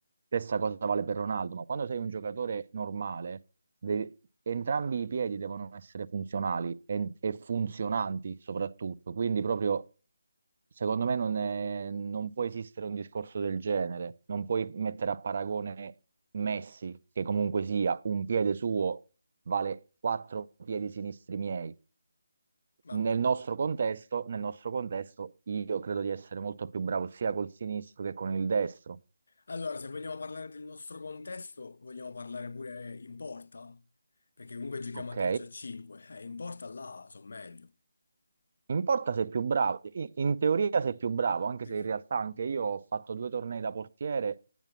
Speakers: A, on the right (about 50°); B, on the left (about 55°).
A: Stessa cosa vale per Ronaldo, ma quando sei un giocatore normale, devi- entrambi i piedi devono essere funzionali e, e funzionanti soprattutto. Quindi proprio Secondo me non, è- non può esistere un discorso del genere, non puoi mettere a paragone Messi, che comunque sia un piede suo vale quattro piedi sinistri miei.
B: Vabbè.
A: Nel nostro contesto, nel nostro contesto, io credo di essere molto più bravo sia col sinistro che con il destro,
B: Allora, se vogliamo parlare del nostro contesto, vogliamo parlare pure in porta? Perché comunque giochiamo
A: ok?
B: a calcio a 5. Eh, in porta là sono meglio.
A: In porta sei più bravo, in, in teoria sei più bravo, anche
B: Perché-
A: se in realtà anche io ho fatto due tornei da portiere